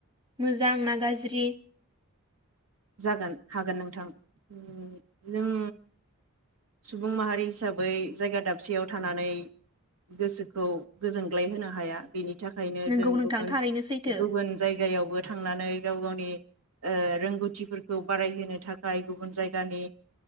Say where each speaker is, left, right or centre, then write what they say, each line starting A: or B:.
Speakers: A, on the right; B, on the right.
A: मोजां ना गाज्रि
B: जागोन हागोन नोंथां उम जों सुबुं माहारि हिसाबै जायगा दाबसेयाव थानानै गोसोखौ गोजोनग्लाय होनो हाया बेनि थाखायनो
A: नोंगौ
B: जों
A: नोंथां
B: गुबुन
A: थारैनो सैथो
B: गुबुन जायगायावबो थांनानै गाव गावनि ओ रोंगौ थिफोरखौ बारायहोनो थाखाय गुबुन जायगानि